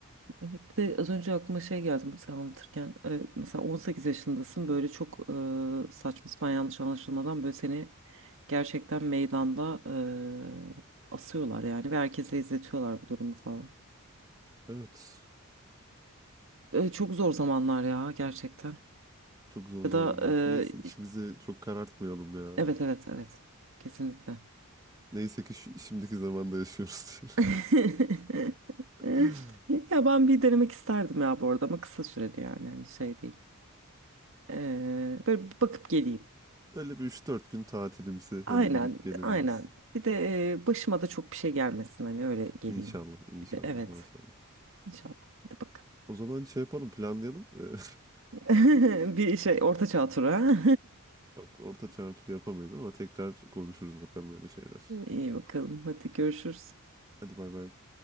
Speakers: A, on the right; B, on the right.
A: Evet, bir de az önce aklıma şey geldi sen anlatırken e, mesela 18 yaşındasın böyle çok e, saçma sapan yanlış anlaşılmadan böyle seni gerçekten meydanda e, asıyorlar yani ve herkese izletiyorlar bu durumu falan.
B: Evet.
A: E, çok zor zamanlar ya gerçekten.
B: Çok zor
A: Ya
B: zamanlar.
A: da e,
B: Neyse içimizi
A: iş-
B: çok karartmayalım ya.
A: evet evet evet kesinlikle.
B: Neyse ki şi- şimdiki zamanda yaşıyoruz.
A: <laughs>
B: <laughs>
A: Ya ben bir denemek isterdim ya bu arada ama kısa süreli yani hani şey değil. E, böyle bir bakıp geleyim.
B: Böyle bir üç dört gün tatilimsi
A: Aynen,
B: hani gidip gelebiliriz.
A: aynen. Bir de e, başıma da çok bir şey gelmesin hani öyle geleyim
B: İnşallah, inşallah,
A: gibi. Evet,
B: maşallah.
A: inşallah. Hadi bakalım.
B: O zaman şey yapalım, planlayalım. <laughs>
A: <laughs> Bir şey orta çağ turu. ha?
B: Yok, orta çağ turu yapamayız ama tekrar konuşuruz bakalım öyle şeyler.
A: <laughs> İyi bakalım. Hadi görüşürüz.
B: Hadi bay bay.